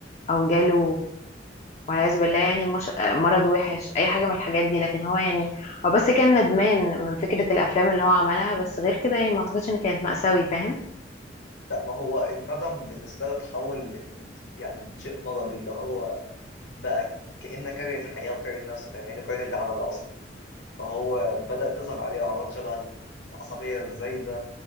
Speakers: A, on the left; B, on the left.
A: او جاله والعياذ بالله يعني مش... مرض وحش اي حاجه من الحاجات دي لكن هو يعني هو بس كان ندمان من فكره الافلام اللي هو عملها بس غير كده يعني ما اعتقدش ان كانت مأساوي فاهم
B: لا ما هو الندم بالنسبة لي تحول ل- يعني شيء مرضي اللي هو بقى كأنه كاره الحياة وكاره نفسه فاهماني وكاره اللي عمله أصلا فهو بدأت تظهر عليه أعراض شبه العصبية الزايدة